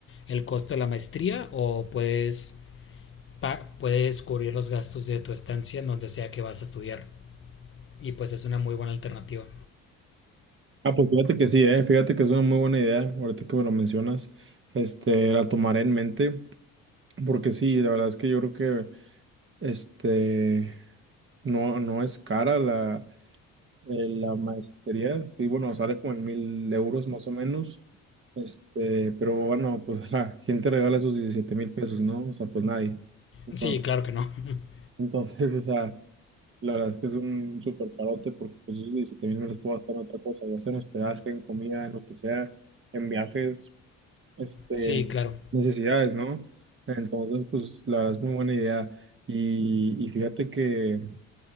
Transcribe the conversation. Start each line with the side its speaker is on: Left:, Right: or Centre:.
Left: el costo de la maestría o puedes, pa- puedes cubrir los gastos de tu estancia en donde sea que vas a estudiar. Y pues es una muy buena alternativa.
Right: Ah, pues fíjate que sí, ¿eh? Fíjate que es una muy buena idea, ahorita que me lo mencionas, este, la tomaré en mente, porque sí, la verdad es que yo creo que, este, no, no es cara la Eh, la maestría, sí, bueno, sale como en mil euros más o menos. Este, pero bueno, pues, <laughs> ja, ¿quién te regala esos diecisiete mil pesos, no? O sea, pues nadie. Entonces,
Left: Sí, claro que no. <laughs>
Right: <laughs> entonces, o sea, la verdad es que es un súper parote porque pues esos diecisiete mil me los puedo gastar en otra cosa, ya sea en hospedaje, en comida, en lo que sea, en viajes, este,
Left: Sí, claro.
Right: necesidades, ¿no? Entonces, pues la verdad es muy buena idea. Y, y fíjate que